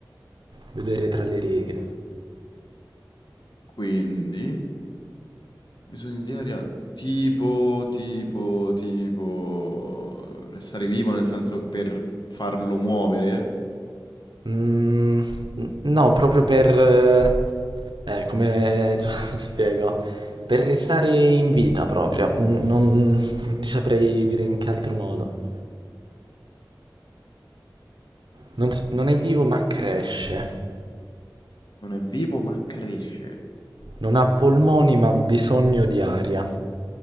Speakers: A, on the right (about 80°); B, on the left (about 70°).
A: vedere tra le righe.
B: quindi, bisogno di aria tipo, tipo, tipo... Restare vivo nel senso per farlo muovere.
A: Mm, n- no, proprio per... eh, eh, come <laughs> te lo spiego? Per restare in vita proprio. Mm, Non, non ti saprei dire in che altro modo. Non, s- non è vivo ma cresce.
B: Non è vivo ma cresce.
A: Non ha polmoni ma ha bisogno di aria.